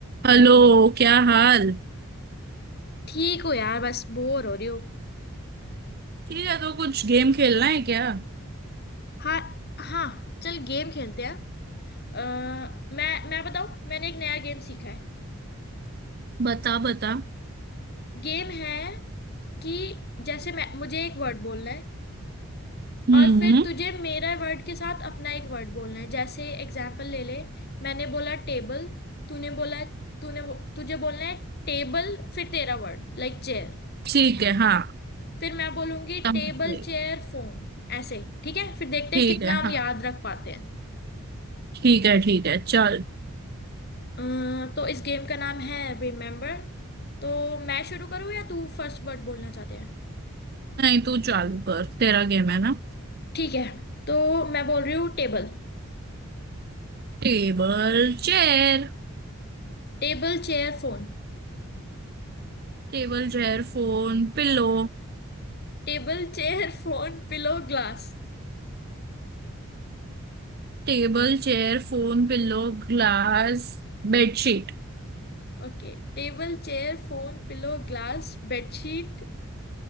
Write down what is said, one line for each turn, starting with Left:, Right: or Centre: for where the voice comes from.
Right: Hello क्या हाल
Left: ठीक हो यार बस बोर हो रही हो
Right: ठीक है तो कुछ गेम खेलना है क्या
Left: हाँ हाँ चल गेम खेलते हैं अ, मैं मैं बताऊँ मैंने एक नया गेम सीखा है
Right: बता बता
Left: गेम है कि जैसे मैं मुझे एक वर्ड बोलना है
Right: हम्म
Left: और फिर तुझे मेरा वर्ड के साथ अपना एक वर्ड बोलना है जैसे एग्जाम्पल ले ले मैंने बोला टेबल तूने बोला तूने बो- तुझे बोलना है टेबल फिर तेरा वर्ड लाइक चेयर
Right: ठीक है हाँ
Left: फिर मैं बोलूंगी
Right: समझ
Left: टेबल
Right: गई
Left: चेयर फोन ऐसे ठीक है फिर देखते
Right: ठीक
Left: हैं कितना
Right: है
Left: हम
Right: हाँ
Left: याद रख पाते हैं
Right: ठीक है ठीक है चल
Left: अ, तो इस गेम का नाम है रिमेम्बर तो मैं शुरू करूँ या तू फर्स्ट वर्ड बोलना चाहते हैं
Right: नहीं तू चालू कर तेरा गेम है ना
Left: ठीक है तो मैं बोल रही हूँ table
Right: Table chair
Left: Table chair phone
Right: Table chair phone pillow
Left: Table chair phone pillow glass
Right: Table chair phone pillow glass bedsheet
Left: Okay table chair phone pillow glass bedsheet